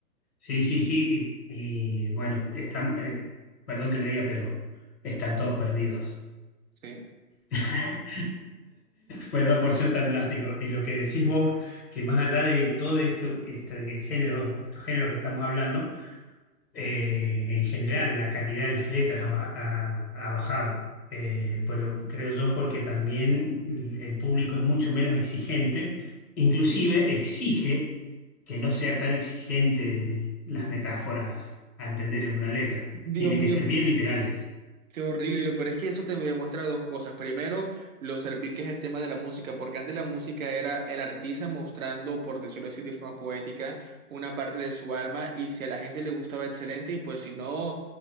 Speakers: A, on the left (about 80°); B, on the right (about 60°).
A: sí, sí, sí, Y, y, bueno, están, eh, perdón que lo diga, pero están todos perdidos.
B: Sí.
A: <laughs> Perdón por ser tan drástico. Y lo que decís vos, que más allá de todo esto, este género, estos géneros que estamos hablando, Eh, en general, la calidad de las letras ha, ba- ha- ha bajado, Eh, pero creo yo porque también el el público es mucho menos exigente, inclusive exige que no sea tan exigente de las metáforas a entender en una letra,
B: Dios
A: tienen
B: mío,
A: que ser bien literales.
B: Qué horrible, y lo peor es que eso te demuestra dos cosas. Primero, lo servil que es el tema de la música, porque antes la música era el artista mostrando, por decirlo así, de forma poética, una parte de su alma, y si a la gente le gustaba, excelente, y pues si no,